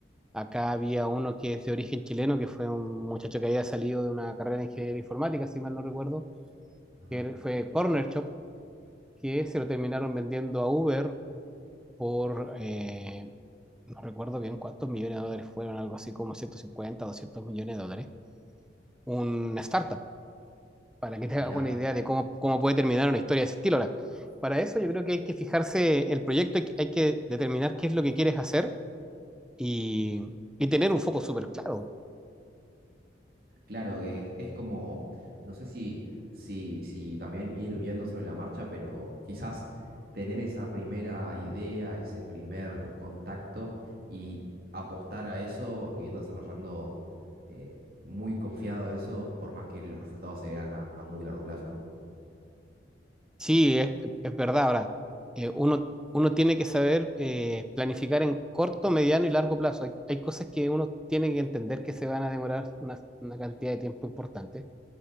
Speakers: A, in the centre; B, on the right.
A: Acá había uno que es de origen chileno, que fue un muchacho que había salido de una carrera de ingeniería informática, si mal no recuerdo,
B: Ajá.
A: que era- fue Corner Shop, que se lo terminaron vendiendo a Uber por, eh, no recuerdo bien cuántos millones de dólares fueron, algo así como 150, 200 millones de dólares. Una startup. para que te hagas
B: Mirá.
A: una idea de cómo, cómo puede terminar una historia de ese estilo. Ahora, para eso yo creo que hay que fijarse el proyecto, hay que- hay que determinar qué es lo que quieres hacer y, y tener un foco súper claro.
B: Claro, es, es como, no sé si, si, si también ir viendo sobre la marcha, pero quizás tener esa primera idea, ese primer contacto y apostar a eso, ir desarrollando eh, muy confiado eso, por más que los resultados se vean a, a muy largo plazo, ¿no?
A: Sí, es, es verdad. Ahora, eh, uno, uno tiene que saber eh, planificar en corto, mediano y largo plazo. Hay, hay cosas que uno tiene que entender que se van a demorar una, una cantidad de tiempo importante,